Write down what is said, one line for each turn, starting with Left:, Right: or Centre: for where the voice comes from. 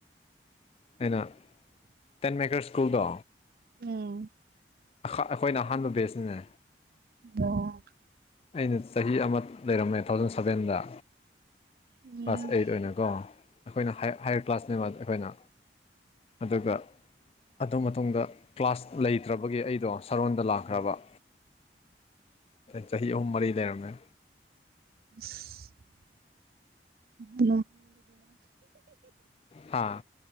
Left: ꯑꯩꯅ ꯇꯦꯟ ꯃꯦꯀꯔ ꯁ꯭ꯀꯨꯜꯗꯣ
Right: ꯎꯝ
Left: ꯑꯩꯈꯣꯏꯅ ꯑꯍꯥꯟꯕ ꯕꯦꯁꯅꯤꯅꯦ
Right: ꯑꯣ
Left: ꯑꯩꯅ ꯆꯍꯤ ꯑꯃ ꯂꯩꯔꯝꯃꯦ ꯊꯥꯎꯖꯟ ꯁꯕꯦꯟꯗ
Right: ꯎꯝ
Left: ꯀ꯭ꯂꯥꯁ ꯑꯩꯠ ꯑꯣꯏꯅꯀꯣ ꯑꯩꯈꯣꯏꯅꯔ ꯀ꯭ꯂꯥꯁꯅꯦꯕ ꯑꯩꯈꯣꯏꯅ ꯑꯗꯨꯒ ꯑꯗꯨ ꯃꯇꯨꯡꯗ ꯀ꯭ꯂꯥꯁ ꯂꯩꯇ꯭ꯔꯕ ꯣ ꯁꯔꯣꯟꯗ ꯂꯈꯕ ꯆꯍꯤ ꯑꯍꯨꯝ ꯃꯔꯤ ꯂꯩꯅꯅ
Right: <unintelligible> ꯎ
Left: ꯍꯥ